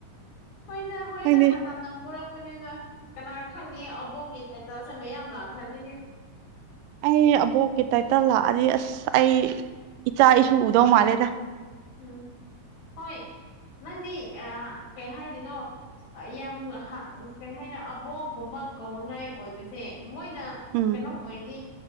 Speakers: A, on the left; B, on the right.
A: ꯍꯣꯏꯗ ꯍꯣꯏꯗ
B: ꯈꯪꯗꯦ
A: ꯃꯇꯞ ꯑꯥ ꯄꯨꯔꯛꯄꯅꯤꯅ ꯀꯅꯥ ꯈꯪꯅꯤ ꯑꯕꯣꯛꯀꯤ ꯀꯩꯅꯣꯁꯦ ꯃꯌꯥꯝ ꯂꯥꯛꯈ꯭ꯔꯅꯤꯅꯦ
B: ꯑꯩ ꯑꯕꯣꯛꯀꯤ ꯇꯥꯏꯇꯜ ꯂꯥꯛꯑꯗꯤ ꯑꯁ ꯑꯩ ꯏꯆꯥ ꯏꯁꯨ ꯎꯗꯧ ꯃꯥꯜꯂꯦꯗ
A: ꯎꯝ ꯍꯣꯏ ꯅꯪꯗꯤ ꯑꯥ ꯀꯩ ꯍꯥꯏꯗꯣꯏꯅꯣ ꯑ ꯌꯥꯝ ꯍꯥꯛ ꯀꯩ ꯍꯥꯏꯅ ꯑꯕꯣꯛꯒꯨꯝꯕ ꯀꯧꯅꯤꯡꯉꯥꯏ ꯑꯣꯏꯕꯁꯦ ꯃꯣꯏꯅ
B: ꯎꯝ
A: ꯀꯩꯅꯣꯝ ꯑꯣꯏꯔꯗꯤ